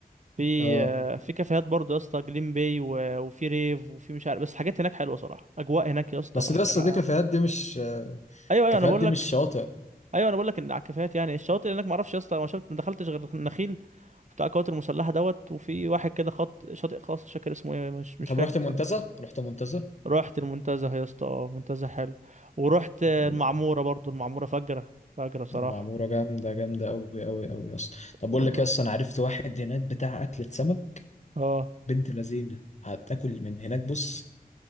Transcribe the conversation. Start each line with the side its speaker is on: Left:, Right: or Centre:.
Right: في
Left: اه
Right: آه، في كافيهات برضه يا اسطى جليم باي و- وفي ريف وفي مش عارف بس حاجات هناك حلوه صراحه اجواء هناك يا اسطى
Left: بس
Right: فجرة
Left: ده يس دي كافيهات دي مش
Right: ايوه
Left: الكافيهات
Right: ايوه انا بقول
Left: دي
Right: لك
Left: مش شاطئ
Right: ايوه انا بقول لك ان على الكافيهات يعني الشواطئ هناك ما اعرفش يا اسطى ما شفت ما دخلتش غير النخيل بتاع القوات المسلحه دوت وفي واحد كده خط شاطئ خاص مش فاكر اسمه ايه مش مش
Left: طب
Right: فاكر
Left: رحت منتزه رحت منتزه
Right: رحت المنتزه يا اسطى اه منتزه حلو ورحت المعموره
Left: حلو.
Right: برضو المعموره فجره فجره صراحه
Left: المعموره جامده جامده قوي قوي قوي اصلا طب
Right: والله
Left: بقول لك إيه يا اسطى انا عرفت واحد هناك بتاع اكله سمك
Right: اه
Left: بنت لذينه هتاكل من هناك بص